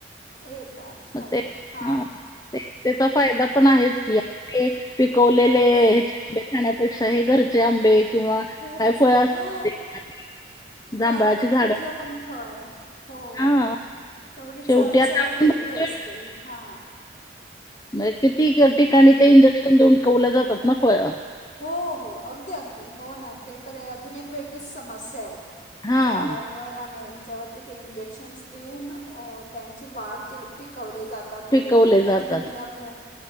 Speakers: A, on the left (about 40°); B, on the left (about 20°).
A: येतात खरंय
B: मग ते
A: हा
B: हां.
A: हा.
B: त्याचा फायदा पण आहेच की ते पिकवलेले
A: अगदी
B: अनइंटेलिजिबल <unintelligible> खाण्यापेक्षा हे घरचे आंबे किंवा काय
A: घरचे
B: फळ असतील
A: हो
B: <unintelligible> जांभळाची
A: काही पण
B: झाडं
A: कुठलं पण फळ हो.
B: हां.
A: केवढी च
B: शेवटी आता
A: चव
B: आपण
A: वेगळी
B: बघतोय
A: असते हा.
B: नाही किती ठिकाणी ते इंजेक्शन देऊन पिकवले जातात ना फळं
A: हो हो अगदी अगदी हो ना ते तर अजून एक वेगळीच समस्या आहे.
B: हां.
A: झाडांवरून त्याच्यावर ते इंजेक्शन्स देऊन अ त्यांची वाढ केली पिकवले जातात. वैगरे
B: पिकवले
A: ते
B: जातात.
A: अजून म्हणजे आपल्या